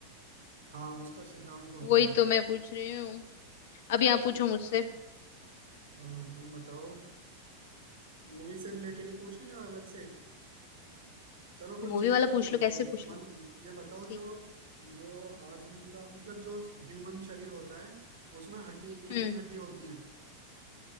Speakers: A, on the right; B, on the left.
A: हाँ उसका सिद्धांत होता
B: वही
A: है
B: तो मैं पूछ रही हूँ अब यहाँ पूछो मुझसे
A: हाँ, तुम बताओ मूवी से रिलेटेड ही पूछूं या अलग से चलो कुछ
B: मूवी
A: जीके
B: वाला
A: को
B: पूछ
A: पूछता
B: लो
A: हूँ
B: कैसे पूछ
A: मन
B: लो
A: ये बताओ
B: ठीक
A: जो जो आदमी का मतलब जो ह्यूमन शरीर होता है उसमें हड्डी कितनी
B: हम्म
A: हड्डी होती हैं